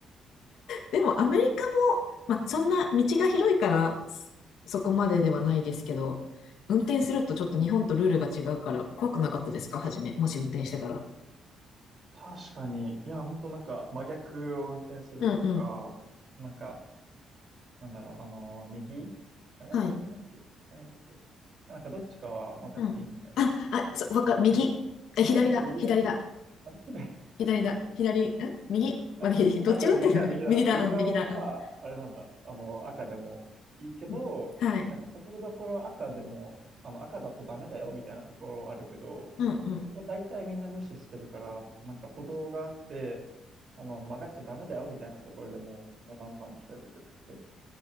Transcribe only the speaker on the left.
でもアメリカも、まあ、そんな道が広いからそそこまでではないですけど、運転するとちょっと日本とルールが違うから怖くなかったですか初め、
もし運転してたら。
うんうん。
はい。うん。あ、あ、
そう、わかる。右。え、左だ。
左だ。左だ、左、ん右まで、
<laughs> どっち運転だ
<laughs> 右だ、
うん、右だ、うん。
うんはい。
うん、うん。